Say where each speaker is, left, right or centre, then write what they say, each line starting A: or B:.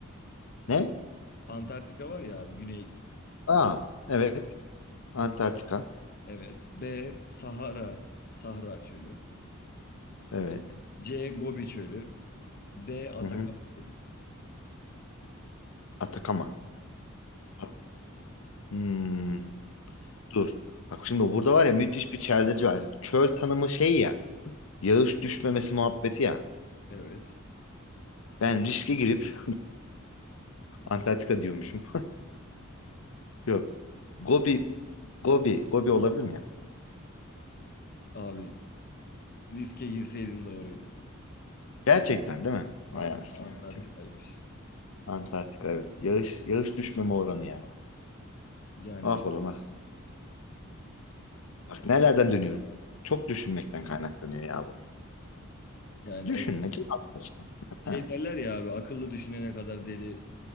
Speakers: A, on the left; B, on the left.
A: Ne?
B: Antarktika var ya abi güney.
A: Aa, evet. Antarktika.
B: Evet. B Sahara. Sahra çölü.
A: Evet.
B: C Gobi çölü. D Atakan
A: Hı-hı.
B: çölü.
A: Atakama. At- Hmm, Dur. Bak şimdi burada var ya müthiş bir çeldirici var. Çöl tanımı şey ya. Yağış düşmemesi muhabbeti ya.
B: Evet.
A: Ben riske girip <laughs> Antarktika diyormuşum. Yok. Gobi, Gobi, Gobi olabilir mi ya?
B: Abi riske girseydin doğruydu.
A: Gerçekten değil mi? Vay
B: Vallahi
A: anasını
B: Antarktika'ymış.
A: ya. Tüh. Antarktika evet. Yağış, yağış düşmeme oranı ya.
B: Yani
A: Ah olan ah. Bak nelerden dönüyorum. Çok düşünmekten kaynaklanıyor ya bu.
B: yani
A: Düşünme
B: evet.
A: cevap ver işte.
B: Şey
A: Evet.
B: derler ya abi akıllı düşünene kadar deli